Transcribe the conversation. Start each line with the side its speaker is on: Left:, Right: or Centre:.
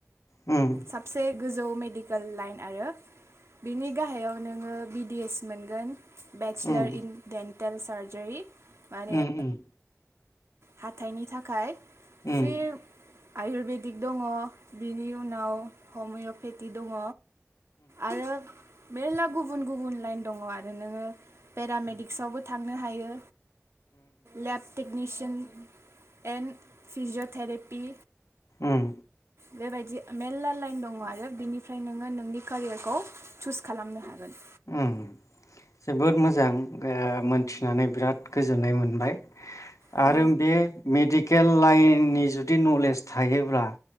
Left: उम
Right: साबसे गोजौ मेडिक कोल लाइन आरो बिनि गाहायाव नोङो बि डि एस मोनगोन। बेचलार
Left: उम
Right: इन डेन टेल सार्जारि माने
Left: उम उम
Right: हाथाइनि थाखाय
Left: जोबोद
Right: सिब आयुरबेदिक दङ बिनि उनाव हमिय'पेथि दङ आरो मेरला गुबुन गुबुन लाइन दंङ आरो नोंङो पेरामेडिक्सआवबो थांनो हायो। लेपटेकनिस जों एन्ड फिजियथेलिप बि
Left: उम
Right: बेबायदि मेरला लाइन दंङ आरो बिनिफ्राय नोंङो नोंनि केरियारखौ चुस खालामनो हागोन।
Left: उम जोबोद मोजां ओ मोनथिनानै बिराद गोजोननाय मोनबाय।
Right: अ
Left: आरो बे मेडिक केल लाइननि जुदि नलेज थायोब्ला